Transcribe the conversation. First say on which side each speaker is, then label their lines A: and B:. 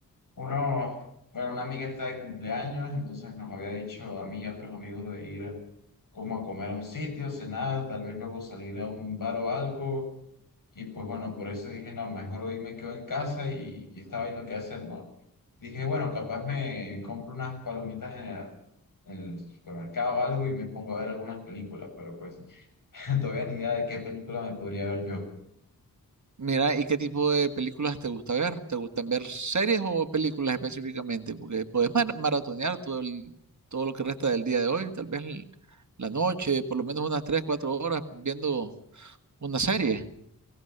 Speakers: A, on the left; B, on the right.
A: uno, bueno, una amiga está de cumpleaños, entonces nos había dicho a mí y a otros amigos de ir. como a comer a un sitio, cenar, tal vez luego salir a un bar o algo. Y pues bueno, por eso dije, no, mejor hoy me quedo en casa y, y estaba viendo qué hacer, ¿no? Dije, bueno, capaz me compro unas palomitas en el, en el supermercado o algo y me pongo a ver algunas películas, pero pues <laughs> todavía ni idea de qué película me podría ver yo.
B: Mira, ¿y qué tipo de películas te gusta ver? ¿Te gustan ver series o películas específicamente? Porque podés mar- maratonear todo el- todo lo que resta del día de hoy, tal vez el- la noche, por lo menos unas 3 4 horas viendo una serie.